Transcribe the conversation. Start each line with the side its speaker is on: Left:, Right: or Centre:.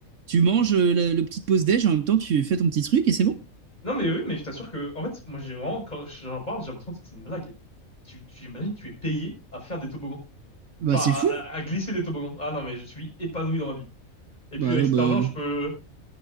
Right: tu manges euh, le, le petit pause-déj, en même temps, tu fais ton petit truc et c'est bon.
Left: Non, mais oui, mais je t'assure que, en fait, moi, j'ai vraiment, quand j'en parle, j'ai l'impression que c'est une blague. Tu, tu imagines, tu es payé à faire des toboggans.
Right: Bah,
Left: Enfin, à,
Right: c'est fou.
Left: à- à glisser des toboggans. Ah non, mais je suis épanoui dans ma vie. Et
Right: Bah,
Left: puis, avec cet
Right: bah,
Left: argent, je peux,